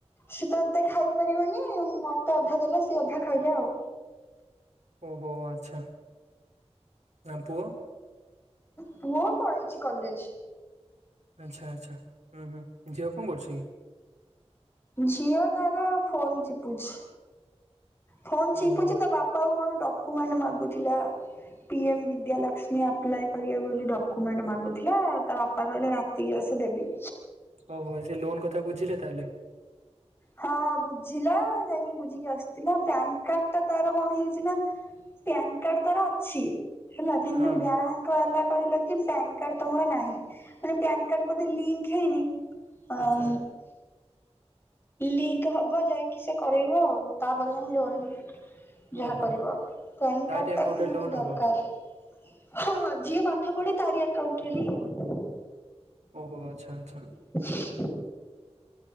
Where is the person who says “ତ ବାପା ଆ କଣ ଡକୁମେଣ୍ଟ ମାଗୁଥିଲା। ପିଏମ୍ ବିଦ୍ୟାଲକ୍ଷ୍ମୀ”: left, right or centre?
Left